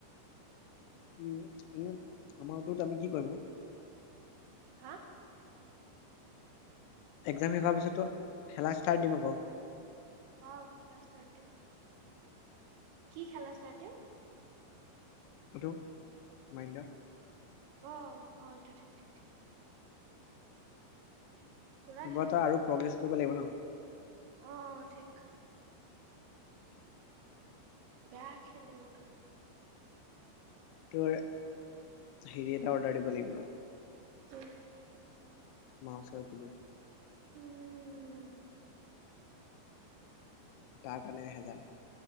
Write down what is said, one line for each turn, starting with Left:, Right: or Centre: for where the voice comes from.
Left: উম এ আমাৰ মত ত আমি কি কৰিম ন
Right: হা
Left: এক্জাম শেষ হোৱাৰ পিছত খেলা ষ্টাৰ্ট দিম আকৌ
Right: অ খেলা ষ্টাত দিম কি খেলা ছাৰ তেওঁম <unintelligible>
Left: <inaudible>
Right: আহ ঘ এইটো ঠিক ঠিক পুৰা
Left: কিবা এটা আৰু প্ৰগ্ৰেছ কৰিব লাগিব ন
Right: আহ অ ঠিক বেয়া খেললে ম ত <unintelligible>
Left: ত হেৰি এটা অৰ্ডাৰ দিব লাগিব ৰ
Right: তম <unintelligible>
Left: মাছাৰ কিবোৰ <unintelligible>
Right: উম
Left: তাৰ কাৰণে এহেজাৰ